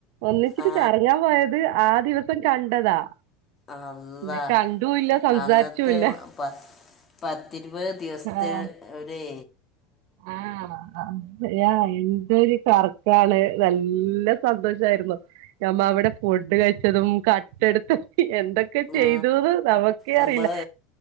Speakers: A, on the right; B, on the left.
A: ഒന്നിച്ചിട്ട്
B: ആ
A: കറങ്ങാൻ പോയത് ആ ദിവസം കണ്ടതാ.
B: അള്ളാഹ്
A: പിന്നെ കണ്ടുല്ല സംസാരിച്ചുല്ല
B: അന്നത്തെ പ പത്തിരുപത് ദിവസത്തെ
A: ആഹ്
B: ഒരേ
A: ആഹ് അതയാ എ ഒരു കറക്കാണ് നല്ല സന്തോഷമായിരുന്നു ഞമ്മ അവിടെ ഫുഡ് കഴിച്ചതും കട്ടെടുത്ത് എന്തൊക്കെ ചെയ്തുന്ന്
B: ആ
A: നമക്കെ
B: നമ്മള്
A: അറിയില്ല